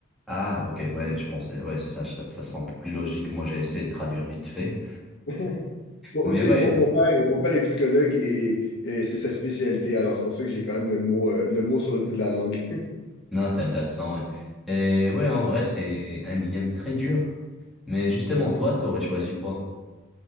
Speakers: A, in the centre; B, on the left.
A: Ah, ok, ouais, je pensais, ouais, c'est ça, ça, ça semble plus logique. Moi, j'ai essayé de traduire vite fait.
B: <laughs> Bon,
A: Mais
B: c'est,
A: ouais,
B: mon, mon père est, mon père est psychologue et, et c'est sa spécialité, alors c'est pour ça que j'ai quand même le mot, euh, le mot sur le bout de la langue.
A: Non, c'est intéressant, ouais. Et ouais, en vrai, c'est un dilemme très dur. Mais justement, toi, t'aurais choisi quoi?